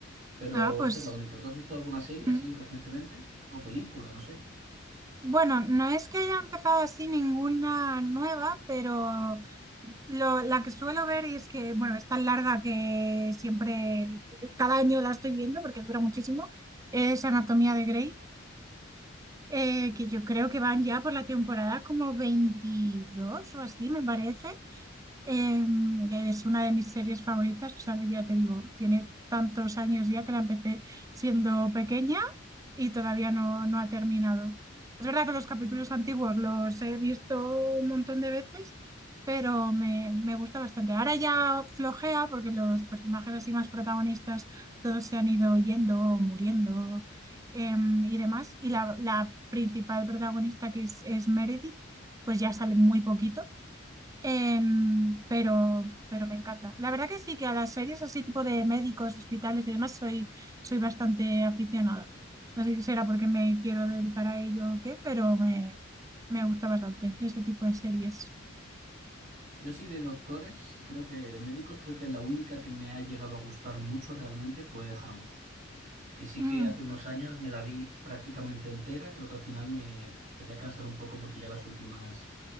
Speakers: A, on the right (about 40°); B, on the right (about 15°).
A: Pero
B: Ah, pues.
A: esta es la única. ¿Tú has visto alguna serie
B: hmm.
A: así recientemente? O película, no sé.
B: Bueno, no es que haya empezado así ninguna nueva, pero lo- la que suelo ver y es que, bueno, es tan larga que siempre, cada año la estoy viendo porque dura muchísimo, es Anatomía de Grey, eh, que yo creo que van ya por la temporada como 22 o así, me parece. Eh, es una de mis series favoritas, o sea, que ya te digo, tiene tantos años ya que la empecé siendo pequeña y todavía no, no ha terminado. Es verdad que los capítulos antiguos los he visto un montón de veces, pero me, me gusta bastante. Ahora ya flojea porque los personajes así más protagonistas todos se han ido yendo, o muriendo eh, y demás. Y la, la principal protagonista que es, es Meredith, pues ya sale muy poquito Em, pero, pero me encanta. La verdad que sí, que a las series así tipo de médicos, hospitales y demás soy, soy bastante aficionada. No sé si será porque me quiero dedicar a ello o qué, pero me, me gusta bastante ese tipo de series.
A: Yo sí de doctores, creo que de médicos, creo que la única que me ha llegado a gustar mucho realmente fue House, que sí
B: Mm.
A: que hace unos años me la vi prácticamente entera, creo que al final me empecé a cansar un poco porque ya las últimas